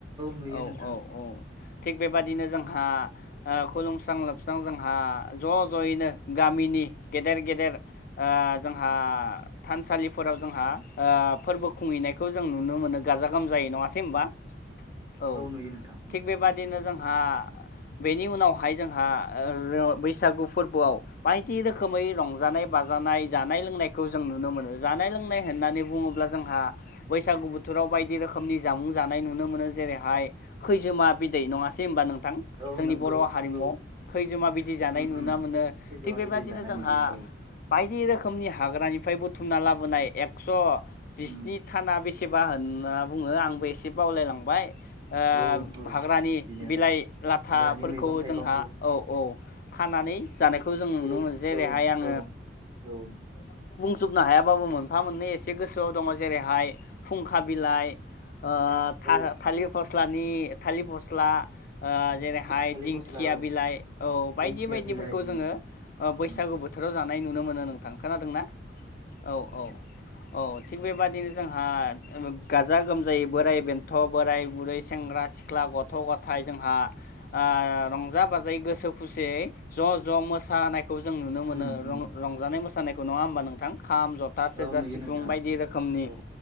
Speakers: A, on the right; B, on the left.
A: नुयो
B: औ
A: नोंथां
B: औ औ थिग बेबादिनो जोंहा खुलुमस्रां लोबस्रां जोंहा ज' ज'यैनो गामिनि नि गेदेर गेदेर ओ जोंहा थानसालिफोराव जोंहा ओ फोरबो खुंहैनायखौ जों नुनो मोनो गाजा गोमजायै। नङासै होमबा? औ
A: नुयो नोंथां उम
B: थिग बेबायदिनो जोंहा बेनि उनावहाय जोंहा ओ र-बैसागु फोरबोआव बायदि रोखोमै रंजानाय बाजानाय जानाय लोंनायखौ जों नुनो मोनो जानाय लोंनाय होन नानै बुङोब्ला जोंहा बैसागु बोथोराव बायदि रोखोमनि जामुं जानाय नुनो मोनो जेरैहाय खैजोमा बिदै नङासै होमबा नोंथां
A: औ
B: जोंनि
A: नंगौ
B: बर' हारिमु
A: औ
B: खैजोमा बिदि जानाय
A: उम
B: नुनो
A: उम
B: मोनो
A: खैजोमा
B: थिग बेबायदिनो
A: बिदै जानाय
B: जोंहा
A: नुयो औ
B: बायदि रो खोमनि हाग्रानिफ्राय बुथुमना लाबोनाय एकस' जिस्नि
A: उम
B: थाना बेसे सेबा होनना बुङो आंबो एसे बावलायलांबाय ओ
A: औ औ
B: हाग्रानि
A: बिदिनो
B: बिलाइ लाथाफोरखौ
A: हाग्रानि मैगं थाइगं
B: जोंहा औ औ खानानै जानायखौ जों नुनो
A: जेरै
B: मोनो जेरैहाय
A: औ
B: आङो
A: औ औ
B: जोबनो हायाबाबो मोनफा मोननै एसे गोसोआव दङ जेरैहाय फुंखा बिलाइ ओ था-थालिर
A: औ
B: फस्लानि थालिर फस्ला ओ जेरैहाय
A: थालिर
B: दिंखिया
A: फस्ला औ
B: बिलाइ औ बायदि
A: दिंखिया
B: बायदिफोरखौ
A: बिलाइ ओं
B: जोङो ओ बैसागु
A: ओं
B: बोथोराव जानाय नुनो मोनो नोंथां खोनादों ना औ औ औ थिग बेबादिनो जोंहा गाजा गोमजायै बोराइ बेन्थ' बोराय बुरै सेंग्रा सिख्ला गथ' गथाय जोंहा ओ रंजा बाजायै गोसो खुसियै ज' ज' मोसानाय खौ जों नुनो मोनो
A: उम उम
B: रंजानाय मोसानायखौ नङा होमबा नोंथां खाम जथा थेरजा
A: औ नुयो
B: सिफुं
A: नोंथां
B: बायदि रोखोमनि
A: औ